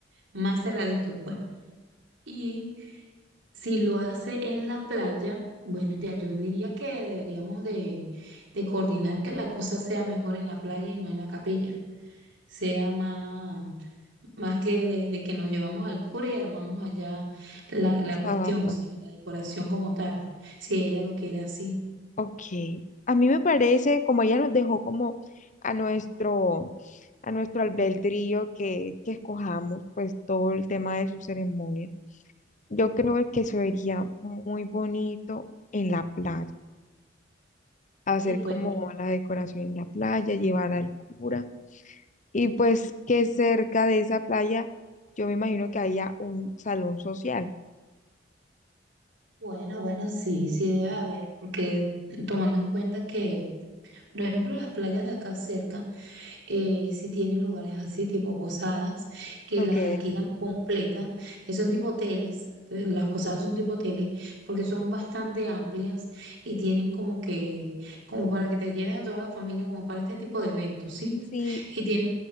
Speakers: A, on the right (about 75°); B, on the left (about 40°).
A: más cerradito, pues. Y si lo hace en la playa, bueno, ya yo diría que deberíamos de, de coordinar que la cosa sea mejor en la playa y no en la capilla. Sea más, más que de, de que nos llevamos al cura y armamos allá la, la
B: Exacto.
A: cuestión, o sea, la decoración como tal, si ella lo quiere así.
B: Ok, a mí me parece, como ella nos dejó como a nuestro, a nuestro albedrío que, que escojamos, pues todo el tema de su ceremonia, yo creo que se vería muy bonito en la playa, hacer
A: Y pues,
B: como la decoración en la playa, llevar al cura, y pues que cerca de esa playa, yo me imagino que haya un salón social.
A: bueno, bueno, sí, sí debe haber, porque tomando en cuenta que, por ejemplo, las playas de acá cerca, eh, si tienen lugares así, tipo posadas, que
B: Ok,
A: las
B: ok.
A: alquilan completas, que son tipo hoteles, eh, las posadas son tipo hoteles, porque son bastante amplias y tienen como que, como para que te lleves a toda la familia, como para este tipo de eventos, ¿sí?
B: Sí,
A: Y tienen,